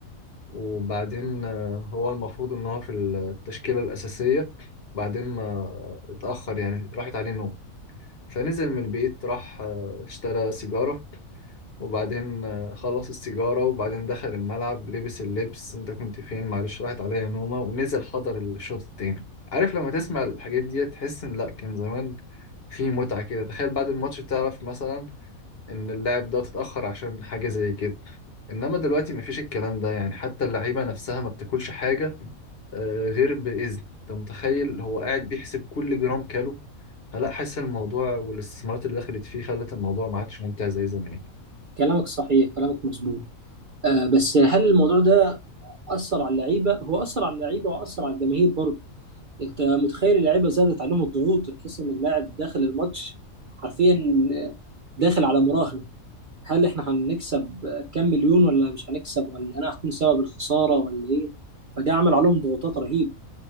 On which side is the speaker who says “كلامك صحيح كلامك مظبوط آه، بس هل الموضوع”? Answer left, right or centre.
Right